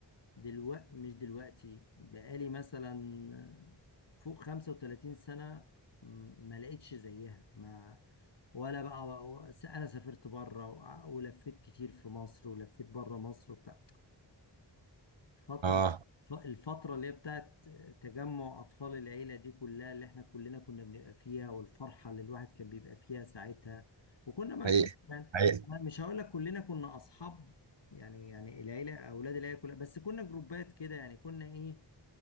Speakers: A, on the left; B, on the right.
A: دلوقتي مش دلوقتي بقالي مثلا فوق 35 سنة م- ما لقيتش زيها ما ولا بقى انا سافرت بره ولفيت كتير في مصر ولفيت بره مصر وبتاع فترة
B: اه
A: الفترة اللي هي بتاعت تجمع أطفال العيلة دي كلها اللي احنا كلنا كنا بنبقى فيها والفرحة اللي الواحد كان بيبقى فيها ساعتها وكنا مقسومين
B: حقيقي
A: يعني
B: حقيقي
A: أنا مش هقول لك كلنا كنا أصحاب يعني يعني العيلة أولاد العيلة كلها بس كنا جروبات كده يعني كنا إيه